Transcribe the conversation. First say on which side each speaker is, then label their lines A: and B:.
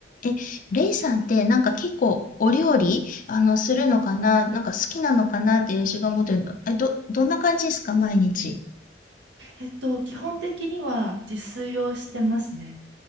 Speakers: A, on the left; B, on the right.
A: え、レイさんってなんか結構お料理あのするのかななんか好きなのかなって私が思ってるの。え、ど、どんな感じですか毎日。
B: えっと、基本的には自炊をしてますね。